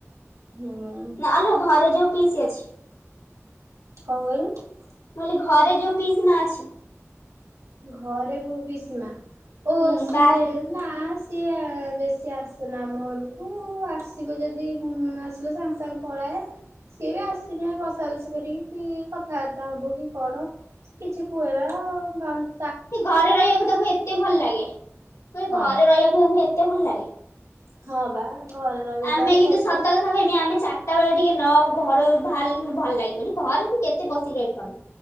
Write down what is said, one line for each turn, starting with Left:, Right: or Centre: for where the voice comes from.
Right: ହୁଁ। କଣ
Left: ନାଲୋ ଘରେ ଯୋଉ ପିଇସି ଅଛି।
Right: କଣ କହିଲୁ?
Left: ମୁଁ କହିଲି ଘରେ ଯୋଉ ପିଇସି ମା ଅଛି।
Right: ଘରେ ଯୋଉ ପିଇସି ମା ଓ
Left: ହୁଁ
Right: ସିଏ
Left: ବାହା ହେଇ
Right: ନା ସିଏ ବେଶୀ ଆସେନା ଆମ ଘରକୁ। ଆସିବ ଯଦି ଆସିବ ସାଙ୍ଗେ ସାଙ୍ଗେ ପଳାଏ। ସିଏ ବି ଆସିଲେ ବସା ବସି କରିକି କି କଥାବାର୍ତ୍ତା ହବ କି କଣ। କିଛି କୁହେ ନା <unintelligible>
Left: ଘରେ ରହିବାକୁ ତାକୁ ଏତେ ଭଲ ଲାଗେ? କହିଲି
Right: ହଁ
Left: ଘରେ ରହିବାକୁ ତାକୁ ଏତେ ଭଲ ଲାଗେ।
Right: ହଁ ବା ଘରେ ରହିବ
Left: ଆମେ
Right: ତାର
Left: କିନ୍ତୁ
Right: ସବୁବେଳେ।
Left: ସତ କଥା କହିବି ଆମେ ଚାରିଟା ବେଳେ ଟିକେ ନ ଘରୁ ବାହାରିଲେ ଭଲ ଲାଗିବନି। ଘରେ ତୁ କେତେ ପଶିକି ରହିବୁ କହନି।